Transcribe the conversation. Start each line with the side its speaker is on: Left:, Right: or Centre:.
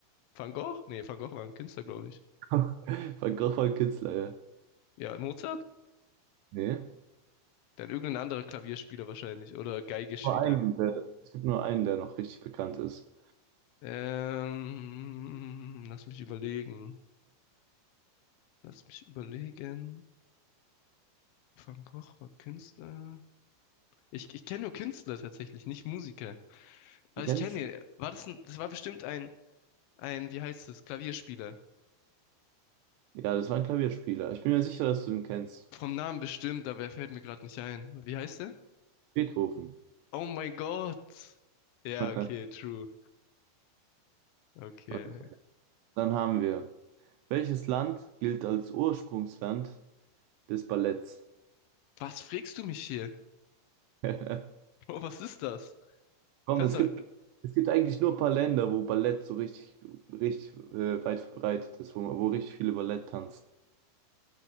Left: Van Gogh? Nee, Van Gogh war ein Künstler, glaube ich.
Right: <laughs> Van Gogh war ein Künstler, ja.
Left: Ja, Mozart?
Right: Nee.
Left: Dann irgendein anderer Klavierspieler wahrscheinlich. Oder Geigespieler.
Right: Nur einen, der, es gibt nur einen, der noch richtig bekannt ist.
Left: Ähm, lass mich überlegen. Lass mich überlegen. Van Gogh war Künstler. Ich, ich kenne nur Künstler tatsächlich, nicht Musiker. Aber
Right: Du kennst
Left: ich kenne
Right: ihn?
Left: ihn. War das ein, das war bestimmt ein, ein, wie heißt es, Klavierspieler.
Right: Ja, das war ein Klavierspieler. Ich bin mir sicher, dass du ihn kennst.
Left: Vom Namen bestimmt, aber er fällt mir gerade nicht ein. Wie heißt er?
Right: Beethoven.
Left: Oh mein Gott. Ja,
Right: <laughs>
Left: okay, true. Okay.
Right: Okay. Dann haben wir. Welches Land gilt als Ursprungsland des Balletts?
Left: Was frägst du mich hier? <laughs>
Right: <laughs>
Left: Oh, was ist das?
Right: Komm,
Left: Kannst
Right: es
Left: du.
Right: gibt, es gibt eigentlich nur ein paar Länder, wo Ballett so richtig, richtig äh, weit verbreitet ist, wo, wo richtig viele Ballett tanzen.